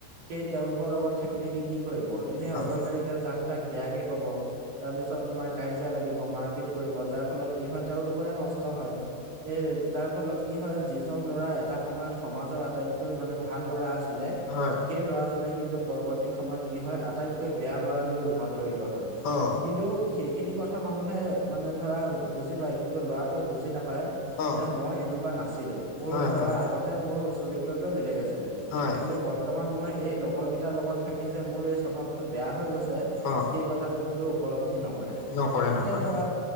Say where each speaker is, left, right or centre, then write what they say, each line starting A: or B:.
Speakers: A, on the right; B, on the left.
A: সেই তেওঁলোকৰ লগত থাকি থাকি কি এনে
B: আপোনাৰ
A: অদৰকাৰীকে যাক তাক বেয়াকে কব তাৰ পিছত তোমাৰ কাজিয়া লাগিব মাৰপিত কৰিব যাৰ ফলত কি হয় তেওঁলোকৰে নষ্ট হয় এ যাৰ ফলত কি হয় যিজন ল'ৰা এটা সময়ত সমাজৰ আটাইতকৈ মানে ভাল ল'ৰা আছিলে,
B: হয়
A: সেই ল'ৰাজনে কিন্তু পৰৱৰ্তী সময়ত কি হয় আটাইতকৈ বেয়া লৰা লৈ ৰূপান্তৰিত হয়,
B: অ
A: কিন্তু সেইখিনি কথা মানুহে মানে ধৰা বুজি পাই কিন্তু লৰাটোৱে বুজি নাপায়
B: অ
A: যে মই এনেকুৱা নাছিলোঁ। মোৰ
B: হয়
A: ধৰা
B: হয়
A: আগতে মোৰ চৰিত্ৰটোৱে বেলেগ আছিলে,
B: হয়
A: কিন্তু বৰ্তমান মই এই লগৰ কেইটাৰ লগত থাকি যে মোৰ এই স্বভাৱটো বেয়া হৈ গৈছে
B: অ
A: সেই কথাটো কিন্তু উপলব্ধি নকৰে,
B: নকৰে
A: এতিয়া
B: নকৰে
A: ধৰা